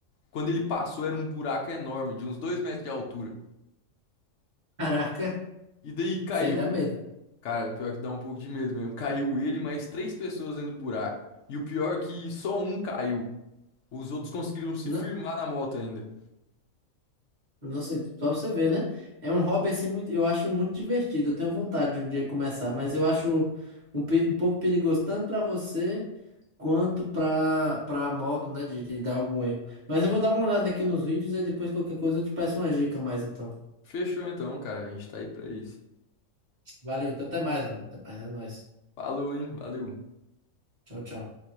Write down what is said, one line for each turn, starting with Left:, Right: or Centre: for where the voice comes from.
Left: quando ele passou era um buraco enorme, de uns dois metros de altura.
Right: Caraca,
Left: E daí caiu
Right: isso aí dá medo.
Left: Cara, pior é que dá um pouco de medo mesmo. Caiu ele, mais três pessoas dentro do buraco. E o pior é que só um caiu. Os outros conseguiram se
Right: Não,
Left: firmar na moto ainda.
Right: Nossa, só pra você ver, né? É um hobby assim muito, eu acho muito divertido. Eu tenho vontade de um dia começar, mas eu acho um, pe- um pouco perigoso tanto pra você quanto pra para moto, né, de, de dar algum erro. Mas eu vou dar uma olhada aqui nos vídeos e depois qualquer coisa eu te peço uma dica mais então.
Left: Fechou então, cara. A gente tá aí pra isso.
Right: Valeu, então até mais, mano. Até mais, é nóis.
Left: Falou, hein? Valeu.
Right: Tchau, tchau.